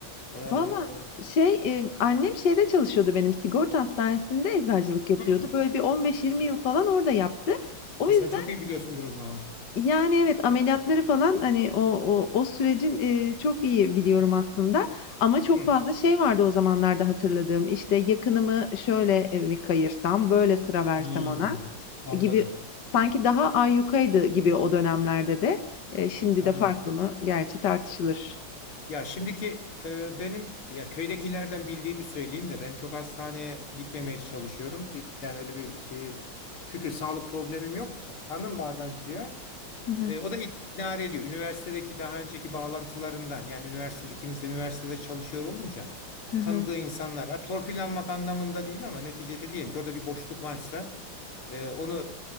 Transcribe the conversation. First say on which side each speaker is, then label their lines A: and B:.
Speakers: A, on the left (about 90°); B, on the left (about 55°).
A: Ee,
B: Valla şey, eee, annem şeyde çalışıyordu benim, sigorta hastanesinde eczacılık yapıyordu.
A: hı.
B: Böyle bir 15-20 yıl falan orada yaptı. O yüzden
A: Sen çok iyi biliyorsundur o zaman.
B: Yani, evet, ameliyatları falan, hani, o o o sürecin, eee, çok iyi biliyorum aslında ama çok
A: Hı.
B: fazla şey vardı o zamanlarda hatırladığım. İşte, yakınımı şöyle, eee, bir kayırsam, böyle sıra versem
A: Hmm,
B: ona
A: Anladım.
B: gibi sanki daha ayyukaydı gibi o dönemlerde de. Eee, şimdi
A: Tamam.
B: de farklı mı? Gerçi tartışılır.
A: Ya şimdiki e, benim ya köydekilerden bildiğimi söyleyeyim de ben çok hastaneye gitmemeye çalışıyorum. Bir- Yani öyle bir şeyi şükür sağlık problemim yok. Hanım bazen gidiyor.
B: Hı hı.
A: E, o da idare ediyor. Üniversitedeki daha önceki bağlantılarından yani üniversitede ikimiz de üniversitede çalışıyor olunca
B: Hı hı.
A: tanıdığı insanlara torpil almak anlamında değil ama neticede diyelim ki orada bir boşluk varsa ee, onu